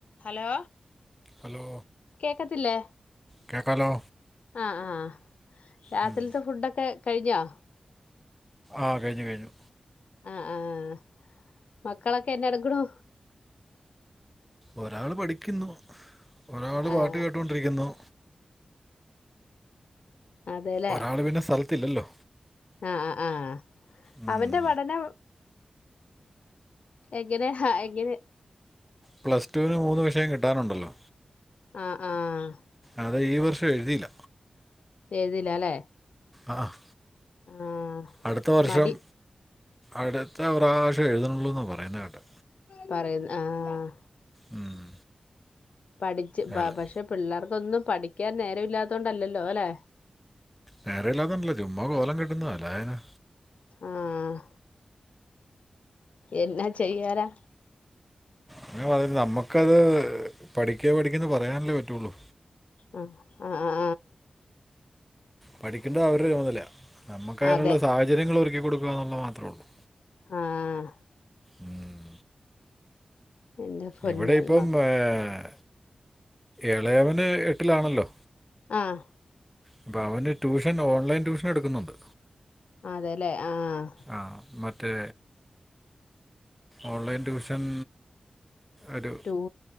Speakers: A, on the left; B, in the centre.
A: Hello.
B: Hello.
A: കേക്കത്തില്ലേ?
B: കേക്കാല്ലോ
A: ആഹ് ആഹ് ആഹ് രാത്രിൽത്തെ
B: ഉം.
A: ഫുഡൊക്കെ കഴിഞ്ഞോ
B: ആഹ് കഴിഞ്ഞു കഴിഞ്ഞു
A: ആഹ് ആഹ് മക്കളൊക്കെ എന്നാടുക്കണു
B: ഒരാള് പഠിക്കുന്നു ഒരാള്
A: ആഹ്
B: പാട്ട് കേട്ടോണ്ടിരിക്കുന്നു
A: അതെല്ലേ
B: ഒരാള് പിന്ന സ്ഥലത്തില്ലല്ലോ
A: ആഹ് ആഹ് ആഹ്
B: ഉം.
A: അവന്റെ പഠനം എങ്ങനെ ഹാ എങ്ങനെ
B: പ്ലസ്ടുവിന് മൂന്ന് വിഷയം കിട്ടാനുണ്ടല്ലോ
A: ആഹ് ആഹ്
B: അതെ ഈ വർഷം എഴുതീല്ല
A: എഴുതീല്ല അല്ലേ
B: ആഹ് ആഹ്
A: ആഹ്
B: അടുത്ത വർഷം
A: മടി
B: അടുത്ത പ്രാവശവെ എഴുതുന്നുള്ളൂ എന്ന് പറയുന്ന കേട്ടെ
A: പറയുന്ന ആഹ്
B: ഉം.
A: പഠിച്ച് പ
B: ഏല-
A: പക്ഷെ പിള്ളേർക്കൊന്നും പഠിക്കാൻ നേരം ഇല്ലാത്തൊണ്ടല്ലല്ലോ അല്ലെ
B: നേരം ഇല്ലാത്തത് കൊണ്ടല്ല ചുമ്മാ കോലം കെട്ടുന്നതാ അല്ലാതെന്നാ
A: ആഹ് എന്നാ ചെയ്യാനാ
B: അങ്ങനെ പറയുന്ന നമ്മുക്കത് പഠിക്ക് പഠിക്കെന്ന് പറയാനല്ലേ പറ്റൂള്ളൂ
A: ആഹ് ആഹ് ആഹ്
B: പഠിക്കണ്ടത് അവരുടെ ചുമതലയാ നമുക്ക് അതിനുള്ള
A: അതെ
B: സാഹചര്യങ്ങള് ഒരുക്കി കൊടുക്കുക എന്നുള്ളത് മാത്രേ ഉള്ളൂ
A: ആഹ്
B: ഉം.
A: എന്റെ പൊന്ന്
B: ഇവിടെ ഇപ്പം
A: മ
B: ഏഹ് എളയവന് എട്ടിലാണല്ലോ
A: ആഹ്
B: അപ്പ അവന് ട്യൂഷൻ ഓൺലൈൻ ട്യൂഷൻ എടുക്കുന്നുണ്ട്
A: അതേല്ലേ ആഹ്
B: ആഹ് മറ്റേ ഓൺലൈൻ ട്യൂഷൻ ഒരു
A: ടൂ